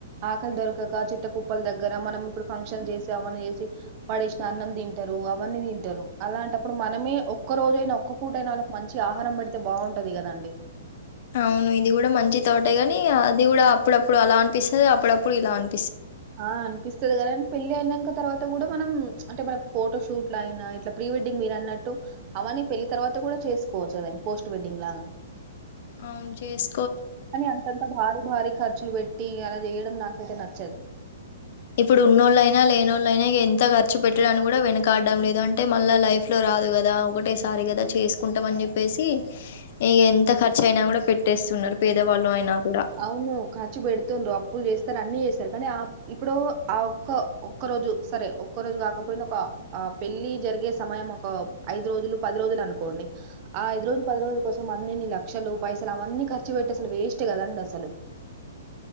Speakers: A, on the right (about 40°); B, on the left (about 50°).
A: ఆకలి దొరకక చేత్త కుప్పల దగ్గర మనం ఇప్పుడు ఫంక్షన్ చేసి అవన్న చేసి పడేసి అన్నం తింటారు, అవన్నీ తింటారు అలాంటప్పుడు మనమే ఒక్కరోజైనా ఒక్క పూట అయినా వాళ్ళకి మంచి ఆహారం పెడితే బావుంటది కదండి.
B: అవును ఇది కూడా మంచి తాటే గాని అది కూడా అప్పుడప్పుడు అలా అనిపిస్తది. అప్పుడప్పుడు ఇలా అని
A: ఆ అనిపిస్తది కదన్ పెళ్ళి అయినాక తర్వాత కూడా మనం చ్ అంటే మన ఫోటోషూట్లయినా, ఇట్లా ప్రీ వెడ్డింగ్ మీరు అన్నట్టు అవన్నీ పెళ్లి తర్వాత కూడా చేసుకోవచ్చు అవన్ని పోస్ట్ వెడ్డింగ్ లాగా
B: అవును చేస్
A: అని అంతంత భారీ భారీ ఖ ఖర్చులు పెట్టి అలా చేయడం నాకైతే నచ్చదు
B: ఇప్పుడు ఉన్నోళ్ళ అయినా, లేనోళ్లు అయినా ఎంత ఖర్చు పెట్టడానికి కూడా వెనకాడడం లేదు. అంటే మళ్ళా లైఫ్ లో రాదు కదా ఒక్కటే సారీ కదా చేసు కుంటాం అని చెప్పేసి ఇగ ఎంత ఖర్చు అయినా కూడా పెట్టేస్తున్నారు పేదవాళ్ళు అయినా కూడా
A: అవును ఖర్చు బెడుతుండ్రు అప్పులు చేస్ అన్ని చేసారు కానీ ఆ ఇప్పుడు ఆ ఒక్క ఒక్క రోజు సరే ఒక్క రోజు కాకపోయినా ఒక ఆ పెళ్లి జరిగే సమయం ఒక ఐదు రోజులు పది రోజులు అనుకోండి. ఆ ఐదు రోజులు పది రోజుల కోసం అన్నిన్ని లక్షలు పైసలు అవన్నీ ఖర్చు పెట్టి అసలు వేస్ట్ కదండి అ అసలు